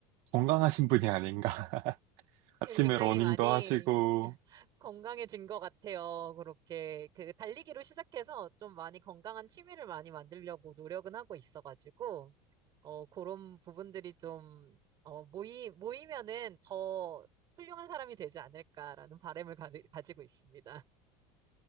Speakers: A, on the right; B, on the right.
A: 건강하신 분이 아닌가. <laughs> 아침에
B: 지금 굉장히
A: 러닝도
B: 많이
A: 하시고,
B: 건강해진 것 같아요. 그렇게 그 달리기로 시작해서 좀 많이 건강한 취미를 많이 만들려고 노력은 하고 있어가지고, 어, 그런 부분들이 좀, 어, 모이, 모이면은 더 훌륭한 사람이 되지 않을까라는 바람을 가, 가지고 있습니다.